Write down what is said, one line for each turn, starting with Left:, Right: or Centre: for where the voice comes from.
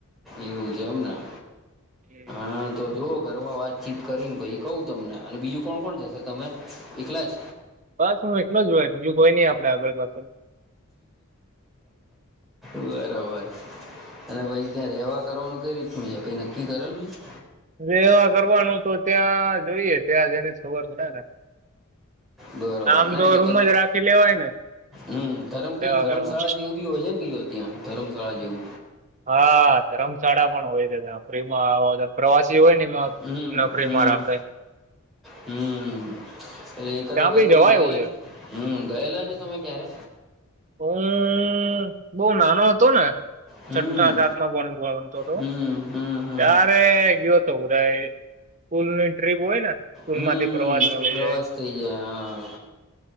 Centre: મ્યુઝિયમના
Right: હમ
Centre: હા તો જોવો ઘરમાં વાતચીત કરીને ભઈ કઉ તમને અને બીજું કોણ કોણ જશે તમે એકલા જ
Right: બસ હું એલો જ હોય બીજું કોય નહી આપડે આગળ પાછ
Centre: બરોબર અને પછી ત્યાં રેવા કરવાનું કઈ રીતનું છે કઈ નક્કી કરેલું છે
Right: રહેવા કરવાનું તો ત્યાં જોઈએ ત્યાં જઈને ખબર પડે ને
Centre: બરોબર
Right: આમ
Centre: ના
Right: તો
Centre: એટલે
Right: રૂમ
Centre: તમ
Right: જ રાખી લેવાય ને
Centre: હમ ધર્મ કઈ
Right: રેવા
Centre: ધર્મશાળા
Right: કરવા
Centre: જેવું બી હોય છે ને ક હોય ત્યાં ધરમ કાળજું
Right: હા ધરમશાળા પણ હોય છે ફ્રી માં આવા પ્રવાસી હોય ને એમાં
Centre: હમ
Right: નફરીમાં
Centre: હમ
Right: રાખે
Centre: હમ એટલે એકાદ
Right: ત્યાં
Centre: વખત
Right: બી
Centre: તમે
Right: જવાય
Centre: ગયેલા
Right: એવું
Centre: છે હમ ગયેલા છો તમે ક્યારે
Right: હમ હું નાનો હતો ને
Centre: હમ
Right: છઠ્ઠા સાતમાં ભણતો હતો
Centre: હમ હમ હમ
Right: ત્યારે ગયો હતો બધાય સ્કૂલ ની ટ્રિપ હોય ને સ્કૂલ
Centre: હમ
Right: માંથી પ્રવાસમાં લઈ
Centre: પ્રવાસ
Right: જાય
Centre: થઇ જાય હા